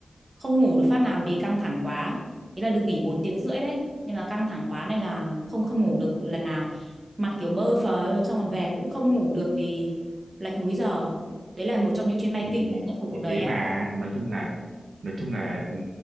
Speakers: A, on the right; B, on the right.
A: không ngủ được phát nào vì căng thẳng quá ý là được nghỉ 4 tiếng rưỡi đấy nhưng mà căng thẳng quá nên là không không ngủ được lần nào mặt kiểu bơ phờ luôn, xong rồi về cũng không ngủ được vì lệch múi giờ đấy là một trong những chuyến bay
B: thì
A: kinh khủng nhất của cuộc
B: thì
A: đời
B: thế
A: em
B: mà
A: luôn
B: nói chung là nói chung là ừ,